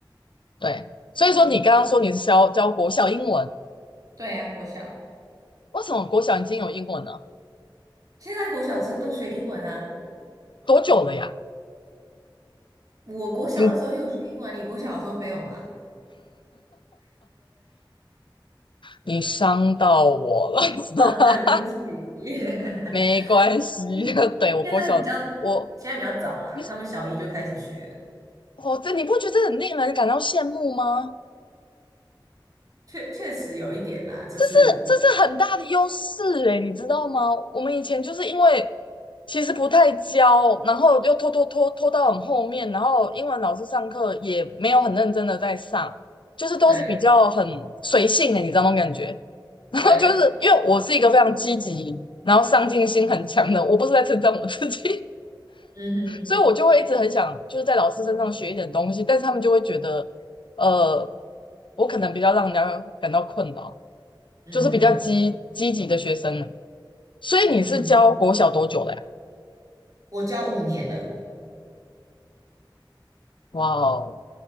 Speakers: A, on the left (about 75°); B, on the right (about 45°).
A: 对，所以说你刚刚说你是教教国小英文，
B: 对啊，国小。
A: 为什么国小已经有英文了？
B: 现在国小生都学英文啊。
A: 多久了呀？
B: 我国小的时候又有学英文啊，
A: 你
B: 你国小的时候没有吗？
A: 你伤到我了。<laughs>
B: 啊，对不起，<laughs>
A: 没关系。
B: 嗯，
A: <laughs> 对，我国小，
B: 现在比较，
A: 我
B: 现在比较早啦，
A: 你是
B: 他们小一就开始学，
A: 我这你不觉得这很令人感到羡慕吗？
B: 确确实有一点啦，就是
A: 这是这是很大的优势诶，你知道吗？我们以前就是因为其实不太教，然后又拖拖拖拖到很后面，然后英文老师上课也没有很认真的在上，就是都是比较很随性的，
B: 对
A: 你知道那种感觉。<laughs> 然后就是因为我是一个非常积极，
B: 对，
A: 然后上进心很强的，我不是在称赞我自己。
B: 嗯哼，
A: 所以我就会一直很想就是在老师身上学一点东西，但是他们就会觉得，呃，我可能比较让人家感到困扰，
B: 嗯哼，
A: 就是比较积积极的学生呢。所以你是教国小多久了呀？
B: 嗯哼，我教五年了，
A: 哇哦，